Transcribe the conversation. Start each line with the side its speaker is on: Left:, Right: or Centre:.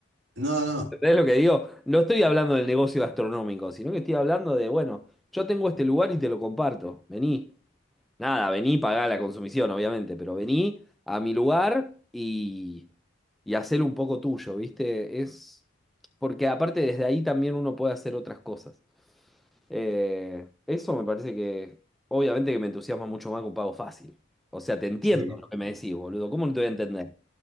Right: No, no,
Centre: ¿Entendés lo que digo? No estoy hablando del negocio gastronómico, sino que estoy hablando de, bueno, yo tengo este lugar y te lo comparto. Vení. Nada, vení, pagá la consumición, obviamente, pero vení a mi lugar y, y hacelo un poco tuyo, ¿viste? Es porque aparte desde ahí también uno puede hacer otras cosas. Eh, eso me parece que, obviamente que me entusiasma mucho más que un pago fácil. O sea, te entiendo
Right: sí,
Centre: lo que me decís, boludo. ¿Cómo no te voy a entender?